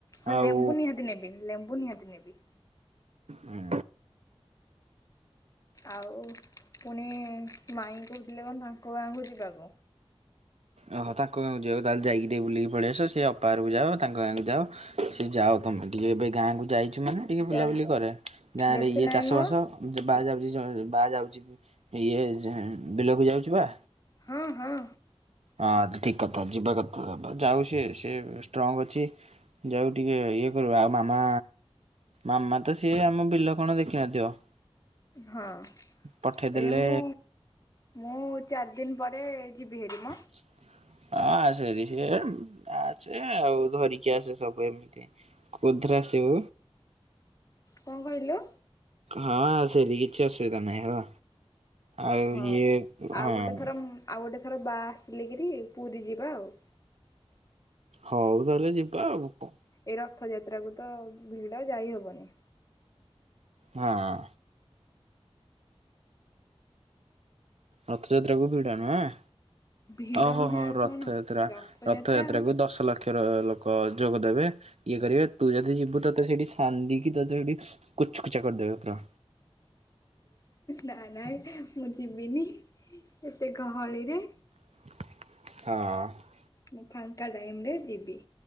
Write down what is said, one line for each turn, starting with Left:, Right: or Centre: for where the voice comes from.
Left: ହଁ
Right: ଆଉ
Left: ଲେମ୍ବୁ ନିହାତି ନେବି, ଲେମ୍ବୁ ନିହାତି ନେବି।
Right: ହୁଁ।
Left: ଆଉ ପୁଣି ମାଇଁ କହୁଥିଲେ କଣ ତାଙ୍କ ଗାଁକୁ ଯିବାକୁ।
Right: ଓହୋ ତାଙ୍କ ଗାଁ ଯିବାକୁ ତାହେଲେ ଯାଇକି ଟିକେ ବୁଲିକି ପଳିଆସ। ସେ ଅପା ଘରକୁ ଯାଅ, ତାଙ୍କ ଗାଁ କୁ ଯାଅ। ସେ ଯାଅ ତମେ ଟିକେ ଏବେ ଗାଁକୁ ଯାଇଛୁ ମାନେ ଟିକେ
Left: ଚା
Right: ବୁଲାବୁଲି କରେ। ଗାଁ
Left: ବେଶୀ
Right: ରେ ଇଏ
Left: ନାହିଁ
Right: ଚାଷ
Left: ମ
Right: ବାସ ସେ ବା ଯାଉଛି ବାହା ଯାଉଛି, ଇଏ ବିଲକୁ ଯାଉଛି ବା।
Left: ହଁ ହଁ।
Right: ହଁ ଠିକ କଥା ଯିବା କଥା। ଯାଉ ସିଏ, ସେ ଷ୍ଟ୍ରଙ୍ଗ ଅଛି। ଯାଉ ଟିକେ ଇଏ କରୁ, ଆଉ ମାମା ମାମା ତ ସିଏ ଆମ ବିଲ କଣ ଦେଖିନଥିବ।
Left: ହଁ।
Right: ପଠେଇଦେଲେ
Left: ଏ ମୁଁ ମୁଁ ଚାରି ଦିନି ପରେ ଯିବି ହେରି ମ
Right: ହଁ ଆସ ଟିକେ ସେ ଆସେ ଆଉ ଧରିକି ଆସେ ସବୁ ଏମିତି ଉଧ୍ରା ସେଉ
Left: କଣ କହିଲୁ?
Right: ହଁ ସେଠି କିଛି ଅସୁବିଧା ନାହିଁ ହେଲା ଆଉ
Left: ହଁ
Right: ଇଏ
Left: ଆଉ
Right: ହଁ।
Left: ଗୋଟେ ଥର ଆଉ ଗୋଟେ ଥର ବାହା ଆସିଲେ କିରି ପୁରୀ ଯିବା ଆଉ।
Right: ହଉ ତାହେଲେ ଯିବା ଆଉ କଣ।
Left: ଏ ରଥଯାତ୍ରା କୁ ତ ଭିଡ ଯାଇହବନି।
Right: ହଁ। ରଥଯାତ୍ରା କୁ ଭିଡ଼ ନୁହେଁ।
Left: ଭିଡ଼
Right: ଓହୋ
Left: ନୁହେଁ
Right: ହୋ
Left: ଆଉ
Right: ରଥଯାତ୍ରା,
Left: କଣ ରଥଯାତ୍ରା
Right: ରଥଯାତ୍ରାକୁ ଦଶ ଲକ୍ଷ ର ଲୋକ ଯୋଗଦେବେ ଇଏ କରିବେ, ତୁ ଯଦି ଯିବୁ ତତେ ସେଇଠି ସାନ୍ଦିକି ତତେ ସେଠି କୁଚକୁଚା କରିଦେବେ ପୁରା।
Left: ନା ନାଇଁ, ମୁଁ ଯିବିନି ଏତେ ଗହଳିରେ।
Right: ହଁ।
Left: ମୁଁ ଫାଙ୍କା ଟାଇମରେ ଯିବି।